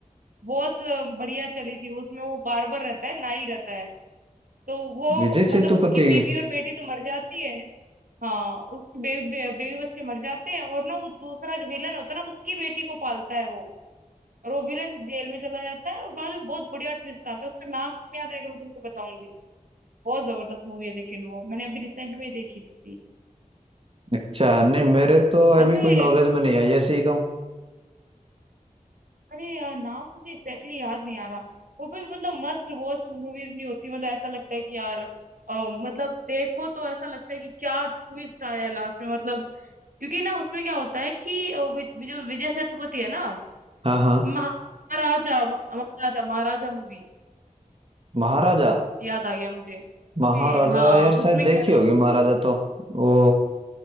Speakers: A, on the right (about 85°); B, on the right (about 45°).
A: बहुत अ, बढ़िया चली थी वो उसमें वो बार्बर रहता है नाई रहता है तो वो
B: विजय
A: मतलब
B: सेतुपति
A: उसकी बीवी
B: की
A: और बेटी तो मर जाती है हाँ उसके बेबी बेबी बच्चे मर जाते हैं और ना वो दूसरा जो विलन होता है ना उसकी बेटी को पालता है वो रोविलन जेल में चला जाता है और बाद में बहुत बढ़िया ट्विस्ट आता है उसका नाम याद आएगा मैं तुमको बताऊंगी बहुत जबरदस्त मूवी है लेकिन वो मैंने अभी रिसेंट में ही देखी थी
B: अच्छा नहीं मेरे तो
A: वैसे
B: अभी कोई नॉलेज में नहीं आई ऐसी तो
A: अरे यार, नाम मुझे एग्जैक्टली exactly याद नहीं आ रहा वो भी मतलब मस्ट वॉच मूवीज नहीं होती मतलब ऐसा लगता है कि यार अ, मतलब देखो तो ऐसा लगता है कि क्या ट्विस्ट आया लास्ट में मतलब क्योंकि ना उसमें क्या होता है कि अ, वि- वि- जो विजय सेतुपति है ना
B: हाँ हाँ
A: महाराजा महाराजा महाराजा मूवी
B: महाराजा
A: याद आ गया मुझे उसमें-
B: महाराजा
A: हाँ
B: यार शायद
A: उसमें
B: देखी
A: क्या है ना
B: होगी महाराजा तो वो